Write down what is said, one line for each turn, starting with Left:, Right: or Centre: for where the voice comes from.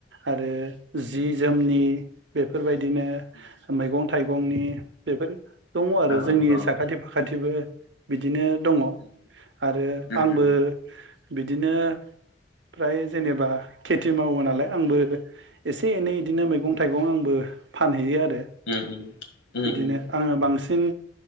Right: आरो जि
Left: उम
Right: जोमनि बेफोरबायदि दिनो
Left: उम
Right: मैंगं थाइगंनि बेफोर दङ आरो
Left: औ
Right: जोंनि
Left: औ
Right: साखाथि फाखाथिबो बिदिनो दङ
Left: उम उम
Right: आरो
Left: उम
Right: आंबो बिदिनो फ्राय जेनेबा खेथि मावो नालाय आंबो एसे एनै बिदिनो मैगं थाइगं आंबो फानहैयो आरो।
Left: उम उम
Right: बिदिनो
Left: उम
Right: आङो बांसिन सिन